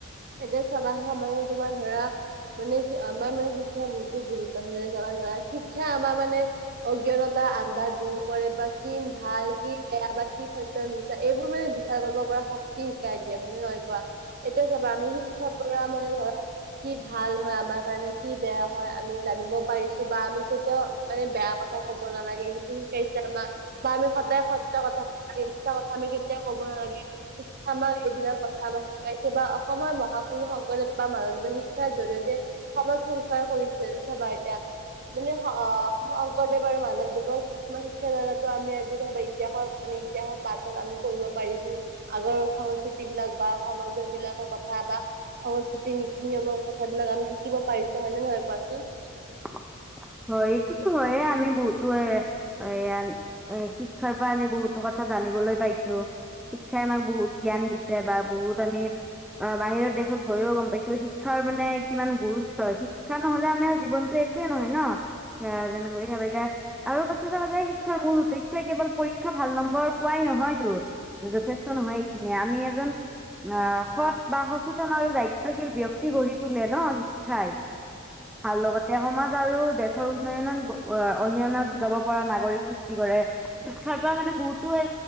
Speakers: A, on the right; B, in the centre.
A: এতিয়া চাবা হা মানে তোমাৰ ধৰা মানে আমাৰ মানে শিক্ষা বহুতো গুৰুত্ব ধ শিক্ষা আমাৰ মানে অজ্ঞানত আন্ধাৰ দূৰ কৰে বা কি ভাল কি বেয়া বা কি সত্য মিছা এইবোৰ মানে বিচাৰ কৰিব পাৰে শক্তি শিকাই দিয়া হয় ন নহয় কোৱা এতিয়া চাব আমি শিক্ষাৰ পৰা মানে ধৰা কি ভাল হয় আমাৰ কাৰণে কি বেয়া হয় আমি জানিব পাৰিছো বা আমি কেতিয়াও মানে বেয়া কথা কব নালাগে সেইটো শিকাইছে আমাক বা আমি সদায় সত্য কথা লাগে মিছা আমি কেতিয়াও ক'ব নালাগে আমাৰ এইবিলাক কথা আমাক শিকাইছে বা অসমৰ মহাপুৰুষ শংকৰদেৱ বা মানৱৱীয় শিক্ষাৰ জৰিয়তে সমাজ সংস্কাৰ কৰিছে তথাবা এতিয়া মানে অ শংকৰদেৱ মাধৱ দেৱৰ কিছুমান শিক্ষা দাৰাতো আমি আজি ইতিহাস মানে ইতিহাসৰ পাতত আমি পঢ়িব পাৰিছো আগৰ সংস্কৃতি বিলাক বা সমাজৰ বিলাকৰ কথা বা সংস্কৃতিৰ নীতি নিয়মৰ কথাবিলাক আমি শিকিব পাৰিছো হয়নে নহয় কোৱাচোন
B: <inaudible> হয় এইটোতো হয়ে আমি বহুতো এ এয় এ শিক্ষাৰ পৰা আমি বহুতো কথা ক জানিবলৈ পাইছো শিক্ষাই আমাক বহুত জ্ঞান দিছে বা বহুত আমি অ বাহিৰৰ দেশত গৈয়ো গম পাইছিলো শিক্ষ শিক্ষাৰ মানে কিমান গুৰুত্ব শিক্ষা নহ'লে আমাৰ জীৱনটো একোৱে নহয় ন! সেয়া যেনিবা <unintelligible> এতিয়া আৰু পাছে যে শিক্ষাৰ মূল উদ্দেশ্যই কেৱল পৰীক্ষা ভাল নম্বৰ পোৱাই নহয়তো, যথেষ্ট নহয় এইখিনিয়ে। আমি এজন অঁ সৎ বা সচেতন আৰু দায়িত্বশীল ব্যক্তি গঢ়ি তোলে ন খায় আৰু লগতে সমাজ আৰু দেশৰ উন্নয়নত অৰিহণা যোগাব পৰা নাগৰিক সৃষ্টি কৰে। শিক্ষাৰ পৰা মানে বহুতো এ